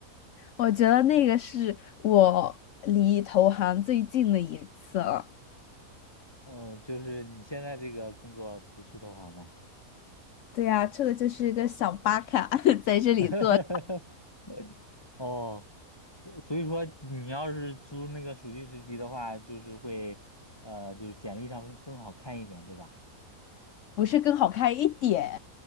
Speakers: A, on the left (about 65°); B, on the left (about 15°).
A: 我觉得那个是我离投行最近的一次了。
B: 哦，就是你现在这个工作不是投行的。
A: 对呀，这个就是一个小巴卡 <laughs> 在这里做，
B: <laughs> 哦，所以说你要是租那个暑期实习的话，就是会呃，就是简历上会更好看一点，对吧？
A: 不是更好看一点，